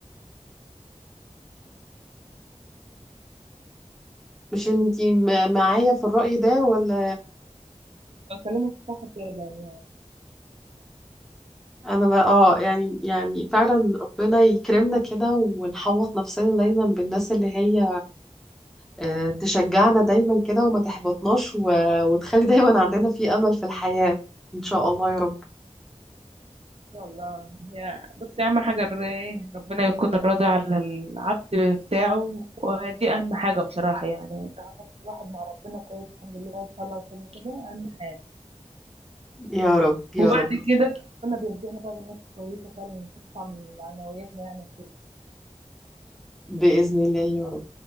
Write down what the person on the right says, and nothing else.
آه، كلامك صح فعلا
والله هي بصي اهم حاجه الرأي ربنا يكون راضي على العبد بتاعه ودي اهم حاجه بصراحه يعني تعامل الواحد مع ربنا كويس الحمد لله ان شاء الله وكده كده اهم حاجه
وبعد
كده ربنا بيرزقنا بقى بالناس الكويسه فعلا اللي بتدفع من معنوياتنا يعني